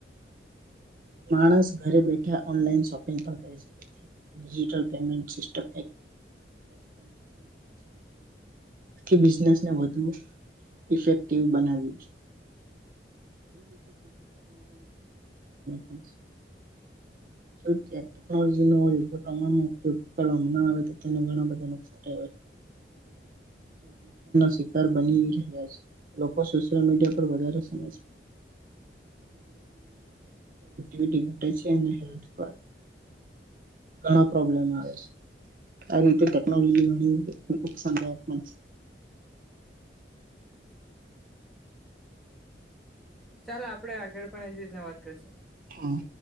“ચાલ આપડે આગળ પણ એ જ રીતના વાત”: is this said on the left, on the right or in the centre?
Centre